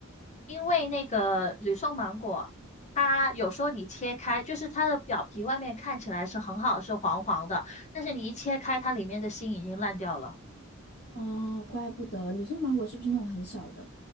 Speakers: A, on the left (about 35°); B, on the left (about 50°).
A: 因为那个吕宋芒果，它有时候你切开，就是它的表皮外面看起来是很好，是黄黄的，但是你一切开，它里面的心已经烂掉了。
B: 哦，怪不得，吕宋芒果是不是那种很小的？